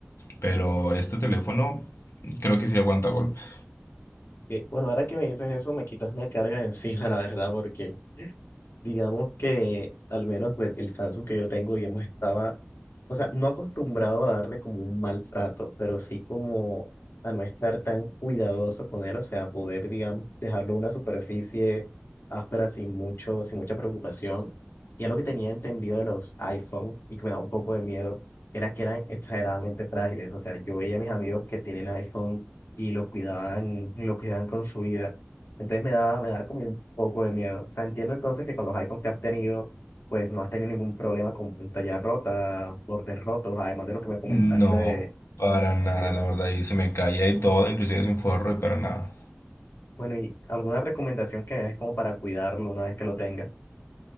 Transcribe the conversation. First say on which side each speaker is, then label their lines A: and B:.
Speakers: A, on the left; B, on the left.
A: Pero este teléfono creo que sí aguanta golpes.
B: Eh, bueno, ahora que me dices eso, me quitas una carga de encima, <laughs> la verdad, porque... Digamos que al menos pues, el Samsung que yo tengo, digamos, estaba, o sea, no acostumbrado a darle como un maltrato, pero sí como a no estar tan cuidadoso con él, o sea, poder, digamos, dejarlo en una superficie áspera sin mucho, sin mucha preocupación. Y algo que tenía entendido de los iPhone y que me da un poco de miedo era que eran exageradamente frágiles, o sea, yo veía a mis amigos que tienen iPhone y lo cuidaban, lo cuidaban con su vida. Entonces me daba, me daba como poco de miedo. O sea, entiendo entonces que con los iPhones que has tenido, pues no has tenido ningún problema con pantalla rota, bordes rotos, además de lo que me comentaste
A: No,
B: de...
A: para nada,
B: ok.
A: la verdad, y se me caía y todo, inclusive sin forro y para nada.
B: Bueno, ¿y alguna recomendación que me des como para cuidarlo una vez que lo tengas?